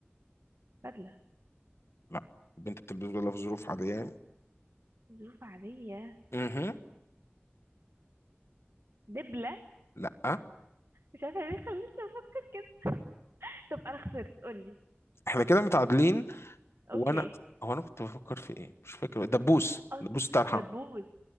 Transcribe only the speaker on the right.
بدلة
ظروف عادية
دبلة
مش عارفة ليه خلتني افكر كده طب انا خسرت قولي
اوكي
اصل
دبوس